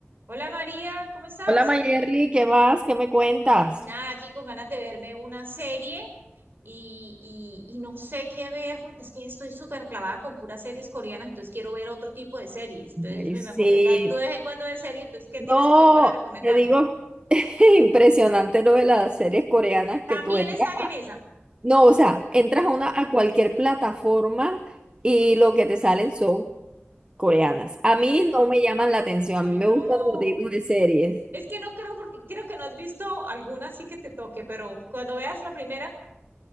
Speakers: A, on the right (about 55°); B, on the right (about 25°).
A: Hola María, ¿cómo estás?
B: Hola Mayerly, ¿qué más? ¿Qué me cuentas?
A: Ay, nada, aquí con ganas de verme una serie y, y- y no sé qué ver porque es que estoy súper clavada con puras series coreanas, entonces quiero ver otro tipo de series. Entonces
B: Ay,
A: me
B: sí.
A: me acordé que tú de vez en cuando ves serie entonces ¿qué
B: No,
A: tienes por ahí para recomendarme?
B: te digo, <laughs> impresionante lo de las series coreanas
A: También
B: que tú entras.
A: estás en esa.
B: No, o sea, entras a una, a cualquier plataforma y lo que te salen son coreanas. A
A: Es
B: mí
A: que, es-
B: no me llaman la atención,
A: ay
B: a mí me
A: no,
B: gusta otro tipo de series.
A: es que no creo porque creo que no has visto alguna así que te toque, pero cuando veas la primera